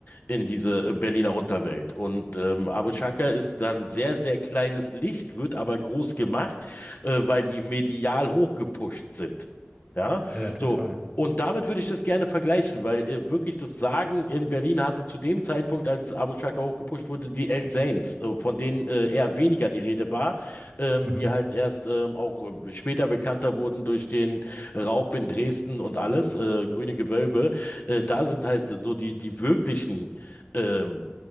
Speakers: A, on the left (about 50°); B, in the centre.
A: in diese äh, Berliner Unterwelt. Und ähm, Abu Chaka ist dann sehr, sehr kleines Licht, wird aber groß gemacht, äh, weil die medial hochgepusht sind. Ja,
B: Ja, ja, total.
A: so. Und damit würde ich das gerne vergleichen, weil äh, wirklich das Sagen in Berlin hatte zu dem Zeitpunkt, als Abu Shaka hochgepusht wurde, die El Zains, äh, von denen äh, eher weniger die Rede war, ähm,
B: Mhm.
A: die halt erst ähm, auch äh, später bekannter wurden durch den Raub in Dresden und alles, äh, Grüne Gewölbe. Äh, da sind halt so die, die wirklichen ähm,